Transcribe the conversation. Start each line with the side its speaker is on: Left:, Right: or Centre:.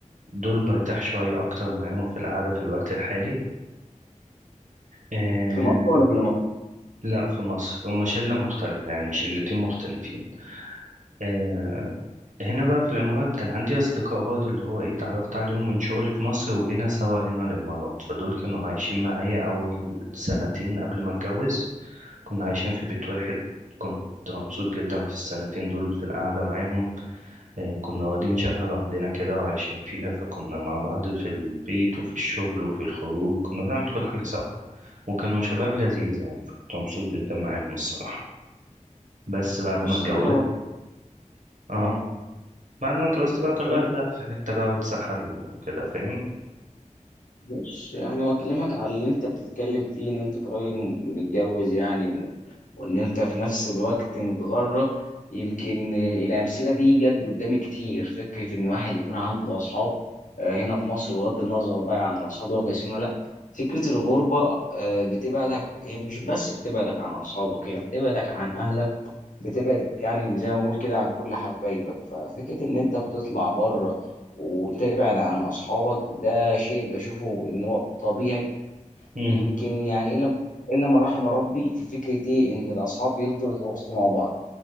Right: دول برتاح شوية أكتر معاهم في القعدة في الوقت الحالي آه
Left: في مصر ولا في الامارات
Right: لا في مصر هما شلة مختلفة يعني شلتين مختلفين آه هنا بقى في الإمارات كان عندي أصدقاء برضو اللي هو إيه اتعرفت عليهم من شغلي في مصر وجينا سوا هنا الإمارات فدول كانوا عايشين معايا أول سنتين قبل ما أتجوز كنا عايشين في بيت واحد كنت مبسوط جدا في السنتين دول في القعدة معاهم آه، كنا واخدين شقة لوحدنا كده وعايشين فيها فكنا مع بعض في البيت وفي الشغل وفي الخروج كنا بنعمل كل حاجة سوا وكانوا شباب لذيذة يعني فكنت مبسوط جدا معاهم الصراحة بس بعد
Left: بص
Right: ما اتجوزت
Left: يعني هو
Right: اه
Left: اه
Right: بعد ما اتجوزت بقى
Left: كنت
Right: كل
Left: اقول
Right: واحد
Left: لك
Right: راح في حتة بقى واتسحل وكده فاهم
Left: بص يعني هو اكلمك على اللي انت بتتكلم فيه ان انت قريب متجوز يعني وان انت في نفس الوقت متغرب يمكن الامثله دي جت قدامي كتير فكره ان واحد يكون عنده اصحاب آه، هنا في مصر بغض النظر بقى عن الاصحاب دول كويسين ولا لا فكره الغربه آه، بتبعدك هي مش بس بتبعدك عن اصحابك هي بتبعدك عن اهلك بتبعدك يعني زي ما بقول كده عن كل حبايبك ففكره ان انت بتطلع بره وتبعد عن اصحابك ده شيء بشوفه ان هو طبيعي
Right: مم.
Left: يمكن يعني الا الا من رحم ربي في فكره ايه ان الاصحاب بيفضلوا يتواصلوا مع بعض